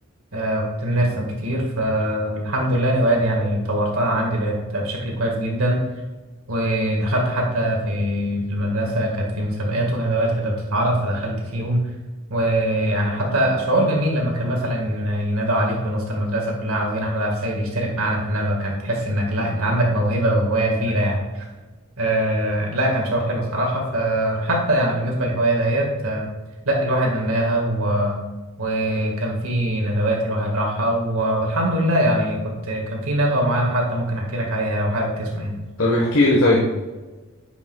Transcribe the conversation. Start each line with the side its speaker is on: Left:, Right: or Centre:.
Right: آه، كنت بنرسم كتير فالحمد لله الهواية دي يعني طورتها عندي بقت بشكل كويس جدا ودخلت حتى في في المدرسة كانت في مسابقات وندوات كده بتتعرض فدخلت فيهم ويعني حتى شعور جميل لما كان مثلا ينادوا عليك من وسط المدرسة كلها عاوزين أحمد عبد السيد يشترك معانا في الندوة كان تحس إنك لا أنت عندك موهبة وهواية كبيرة يعني آه لا كان شعور حلو صراحة فحتى يعني بالنسبة للهواية دهيت آه لا الواحد نماها و... وكان في ندوات الواحد راحها و... والحمد لله يعني كنت كان في ندوة معينة حتى ممكن أحكي لك عليها لو حابب تسمع يعني
Left: طب احكي لي طيب